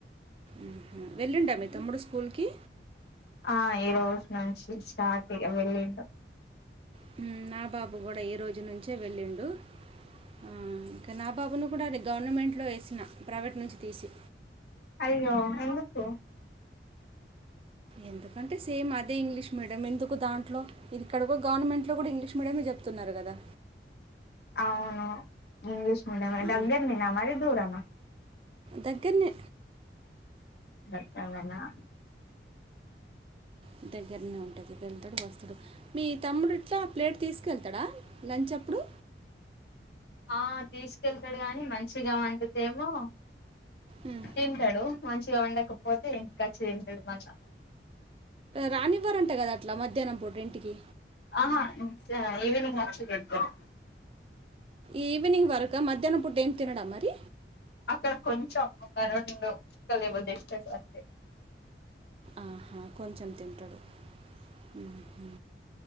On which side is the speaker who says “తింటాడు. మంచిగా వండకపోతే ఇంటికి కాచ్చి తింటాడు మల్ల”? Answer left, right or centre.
Left